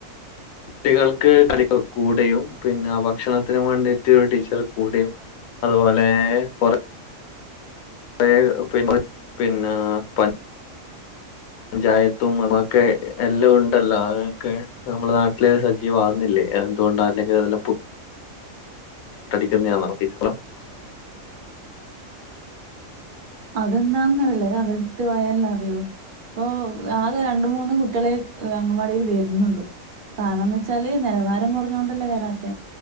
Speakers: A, on the left; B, on the right.
A: കുട്ടികൾക്ക് <unintelligible> കൂടെയും പിന്നെ ഭക്ഷണത്തിന് വേണ്ടിയിട്ട് ഒരു ടീച്ചർ കൂടെയും അതുപോലെ കൊറ <unintelligible> പഞ്ചായത്തും ഒക്കെ എല്ലാം ഉണ്ടല്ലോ അതൊക്കെ നമ്മളുടെ നാട്ടില് സജീവകുന്നില്ലേ എന്തുകൊണ്ട അല്ലെങ്കിൽ അതെല്ലാം <unintelligible>
B: അതെന്താന്നറില്ലേ അവരുടെടുത്ത് പോയല്ല അറിയു ഇപ്പൊ ആകെ രണ്ട് മൂന്ന് കുട്ടികളെ അങ്കൻവാടിയിൽ വരുന്നുള്ളൂ കാരണംന്ന് വെച്ചാല് നിലവാരം കുറഞ്ഞോണ്ടല്ലേ വരാത്ത